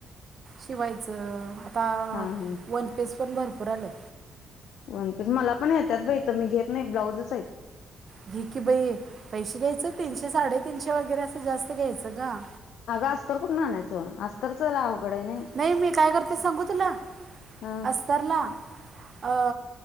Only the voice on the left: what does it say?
हा हा
वन पीस, मला पण येत्यात बई इथं, मी घेत नाही, ब्लाउजच हाईत.
अगं अस्तर कुटनं आणायचं.? अस तर च अवघड आय नाही.
हा